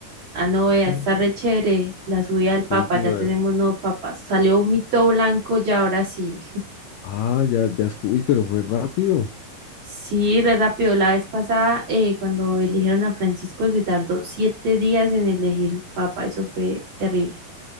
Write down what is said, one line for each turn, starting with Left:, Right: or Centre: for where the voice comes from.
Right: Ah, no, vea,
Left: <laughs>
Right: está re chévere la subida del Papa,
Left: Cuénteme,
Right: ya tenemos
Left: a ver.
Right: nuevo Papa. Salió un mito blanco ya, ahora sí.
Left: Ah, ya, ya, escu- uy, pero fue rápido.
Right: Sí, re rápido. La vez pasada, eh, cuando eligieron a Francisco, se tardó siete días en elegir Papa, eso fue terrible.